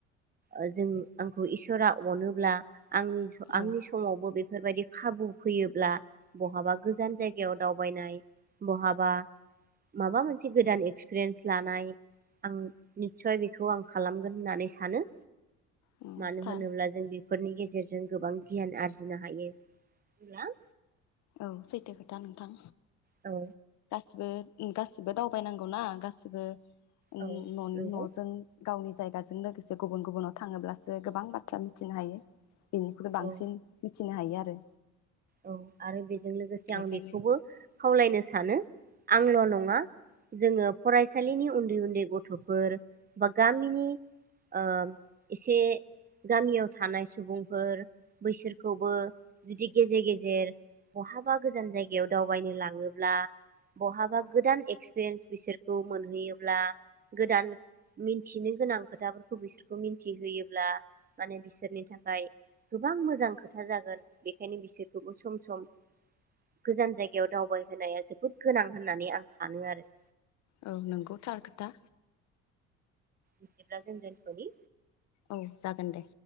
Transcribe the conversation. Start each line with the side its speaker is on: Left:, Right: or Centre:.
Right: ओ जों आंखौ इसोरा अनोब्ला आंनि स आंनि
Left: औ
Right: समावबो बे फोरबायदि खाबु फैयोब्ला बहाबा गोजान जायगायाव दावबायनाय बहाबा माबा मोनसे गोदान एक्सपिरियेन्स लानाय आं निसय बेखौ आं खालामगोन होननानै सानो।
Left: उम
Right: मानो
Left: थार
Right: होनोब्ला जों बे फोरनि गेजेरजों गोबां गियान आरजिनो हायो। अब्ला
Left: औ सैथो खोथा नोंथां
Right: औ
Left: सिबो उम गासिबो दावबायनांगौना गासिबो। उम
Right: औ
Left: ननि-न'जों
Right: नंगौ
Left: गावनि जायगाजों लोगोसे गुबुन गुबुनाव थाङोब्लासो गोबां बाथ्रा मिथिनो हायो। बिनिख्रुइ बांसिन
Right: औ
Left: थिनो हायो आरो
Right: औ आरो बे जों लोगोसे
Left: बेखायनो
Right: आं बेखौबो खावलायनो सानो आंल' नङा जोङो फरायसालिनि उन्दै उन्दै गथ थ'फोर बा गामिनि ओ एसे गामियाव थानाय सुबुंफोर बैसोरखौबो जुदि गेजेर गेजेर बहाबा गोजान जायगायाव दावबायनो लाङोब्ला बहाबा गोदान एक्सपिरियेन्स बिसोरखौ मोनहैयोब्ला गोदान मिनथिनो गोनां खोथाफोरखौ बिसोरखौ मिन्थिहोयोब्ला माने बिसोरनि थाखाय गोबां मोजां खोथा जागोन। बे खायनो बिसोरखौबो सम सम गोजान जायगायाव दावबायहोनाया जोबोद गोनां होननानै आं सानो आरो।
Left: औ नोंगौ थार खोथा।
Right: बिदिब्ला जों दोनथ'नि।
Left: औ जागोन दे।